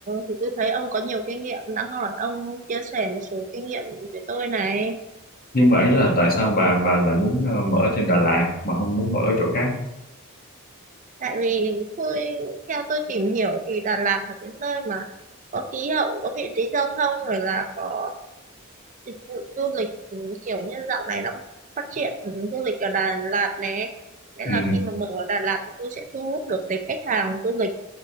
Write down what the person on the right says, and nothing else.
thì tôi thấy ông có nhiều kinh nghiệm. Đã hỏi ông chia sẻ một số kinh nghiệm với tôi này.
tại vì tôi theo tôi tìm hiểu thì Đà Lạt là cái nơi mà có khí hậu có vị trí giao thông rồi là có dịch vụ du lịch ừ, kiểu như dạo này đang phát triển ừ, du lịch ở Đà Lạt nè nên
là khi mà mở ở Đà Lạt thì tôi sẽ thu hút được cái khách hàng du lịch